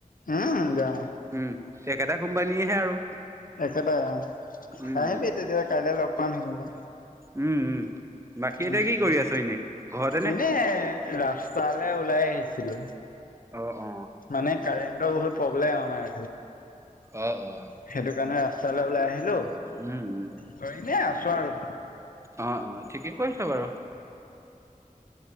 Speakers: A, on the left; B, on the right.
A: উম যাম।
B: উম। একেটা কোম্পানীয়েহে আৰু
A: একেটাই অ
B: উম
A: আহিবি
B: উম।
A: তেতিয়া কাইলে লগ পাম সেইকাৰণে।
B: উম উম। বাকী
A: উম
B: এতিয়া
A: উম
B: কি কৰি আছ এনেই ঘৰতে নে?
A: উ এনে ৰাস্তালৈ ওলাই আহিছিলো।
B: অ অ।
A: মানে কাৰেণ্টৰ বহুত প্ৰব্লেম আমাৰ।
B: অ অ।
A: সেইটো কাৰণে ৰাস্তালৈ ওলাই আহি। হেল্ল'
B: উম উম
A: ত এনে আছোঁ আৰু।
B: অ অ ঠিকেই কৰিছ বাৰু।